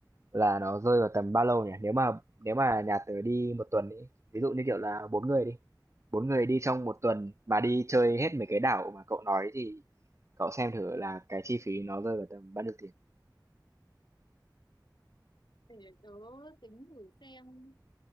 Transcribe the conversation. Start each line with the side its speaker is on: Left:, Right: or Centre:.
Right: là nó rơi vào tầm bao lâu nhỉ? Nếu mà nếu mà nhà tớ đi một tuần ấy, ví dụ như, kiểu là, bốn người đi, 4 người đi trong một tuần mà đi chơi hết mấy cái đảo mà cậu nói thì cậu xem thử là cái chi phí nó rơi vào tầm bao nhiêu tiền.
Left: để tớ tính thử xem